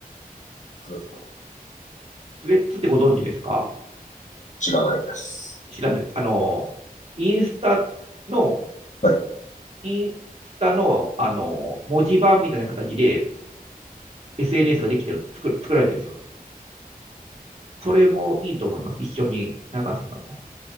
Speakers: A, on the left; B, on the right.
A: つ
B: スレッズってご存知ですか
A: 知らないです。
B: 知らない。あの、インスタの、
A: はい。
B: インスタの、あの、文字盤みたいな形で SNS ができてる、作る、作られてるんですよ。それもいいと思います。一緒に流すのも。